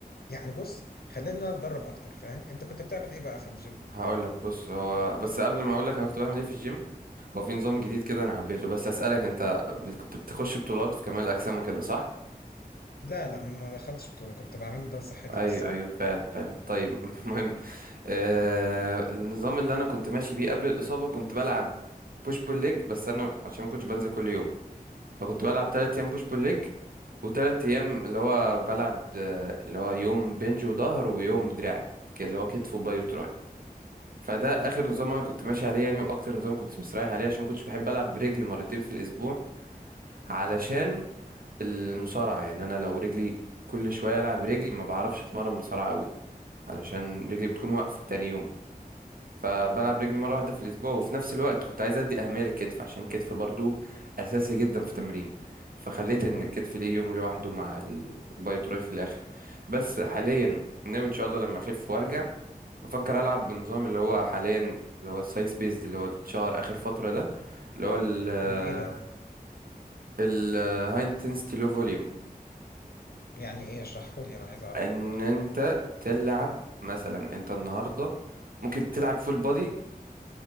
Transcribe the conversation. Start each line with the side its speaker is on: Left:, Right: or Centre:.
Left: يعني بص خلينا نتدرب اكتر فاهم انت كنت بتعمل ايه بقى في الجيم
Right: هقول لك بص هو بس قبل ما اقول لك انا كنت بعمل ايه في الجيم هو في نظام جديد كده انا حبيته بس اسالك انت بت- كنت بتخش بطولات في كمال الاجسام وكده صح
Left: لا لا ما دخلتش بطوله كنت بعمله ده لصحتي
Right: ايوه
Left: بس يعني
Right: ايوه فعلا فعلا طيب <laughs> المهم آه النظام اللي انا كنت ماشي بيه قبل الاصابه كنت بلعب بوش بول ليج بس انا عشان ما كنتش بنزل كل يوم فكنت بلعب 3 ايام بوش بول ليج وتلات ايام اللي هو بلعب آه، اللي هو يوم بنج وظهر ويوم دراع ك- اللي هو كتف وباي وتراي فده اخر نظام انا كنت ماشي عليه يعني واكتر نظام كنت مستريح عليه عشان ما كنتش بحب العب برجل مرتين في الاسبوع علشان المصارعه يعني انا لو رجلي كل شويه العب رجل ما بعرفش اتمرن مصارعه قوي علشان رجلي بتكون واقفة تاني يوم فبلعب رجلي مرة واحدة في الأسبوع وفي نفس الوقت كنت عايز أدي أهمية للكتف عشان الكتف برضو أساسي جدا في تمريني فخليت إن
Left: امم
Right: الكتف ليه يوم لوحده مع الباي تراي في الآخر بس حاليا ناوي إن شاء الله لما أخف وأرجع بفكر ألعب بنظام اللي هو حاليا اللي هو الساينس بيزد اللي هو اتشهر آخر فترة ده اللي هو ال
Left: هو ايه ده
Right: ال هاي انتنسيتي لو فوليوم
Left: يعني ايه اشرحه لي انا عايز اعرفه
Right: ان
Left: ده برضه
Right: انت تلعب مثلا انت النهارده ممكن تلعب فول بودي